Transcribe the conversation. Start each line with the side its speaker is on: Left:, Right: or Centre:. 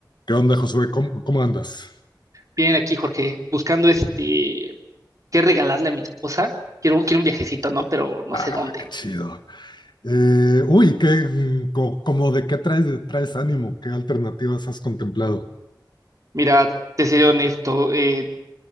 Left: ¿Qué onda, Josué? ¿Cómo, cómo andas?
Right: Bien, aquí, Jorge, buscando este, qué regalarle a mi esposa. Quiero, un- quiero un viajecito, ¿no? Pero no
Left: Ah,
Right: sé dónde.
Left: qué chido. Eh, uy, qué, mm, co- como de qué traes, traes ánimo, qué alternativas has contemplado.
Right: Mira, te seré honesto, eh,